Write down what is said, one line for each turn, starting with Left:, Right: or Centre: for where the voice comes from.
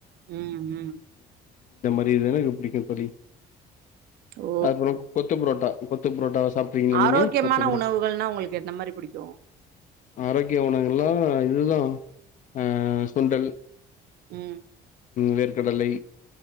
Right: உம்-உம்
Left: இது எனக்கு பிடிக்கும் தோழி
Right: ஓ
Left: அப்றோம் கொத்து புரோட்டா கொத்து புரோட்டா சாப்ட்றீங்களா
Right: ஆரோக்கியமான
Left: நீங்க கொத்து புரோட்
Right: உணவுகள்னா உங்களுக்கு எந்த மாரி புடிக்கு
Left: ஆரோக்கிய உணவெல்லாம் ஆஹ் இதுதான் ஆஹ் சுண்டல்
Right: உம்
Left: வேர்கடலை